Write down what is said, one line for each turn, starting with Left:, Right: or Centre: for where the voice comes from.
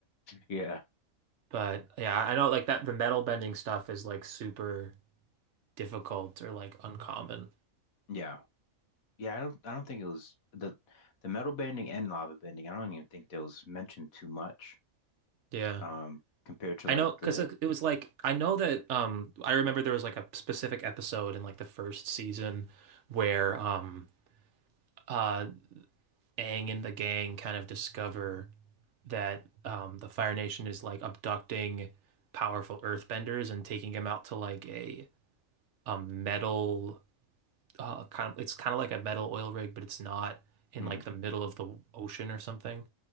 Left: Yeah.
Right: But yeah, I know like that the metal bending stuff is like super difficult or like uncommon.
Left: Yeah. Yeah, I don't I don't think it was the the metal bending and lava bending. I don't even think that was mentioned too much
Right: Yeah.
Left: um compared to
Right: I
Left: like
Right: know because
Left: the
Right: it, it was like I know that um I remember there was like a specific episode in like the first season where um uh Aang and the gang kind of discover that um the Fire Nation is like abducting powerful earthbenders and taking them out to like a a metal uh kind of it's kind of like a metal oil rig but it's not in
Left: mm,
Right: like the middle of the ocean or something.